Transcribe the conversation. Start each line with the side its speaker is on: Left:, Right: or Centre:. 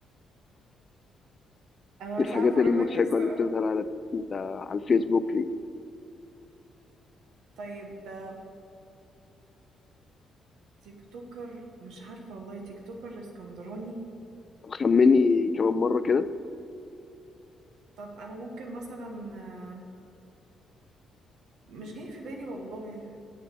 Right: انا
Left: الحاجات
Right: مش عارفة
Left: المضحكه
Right: اقول لك ايه الصراحة
Left: اللي بتظهر على على الفيسبوك دي
Right: طيب آه، تيك توكر مش عارفة والله تيك توكر اسكندراني
Left: طب خمني كمان مره كده
Right: طب أنا ممكن مثلا آه، مش جاي في بالي والله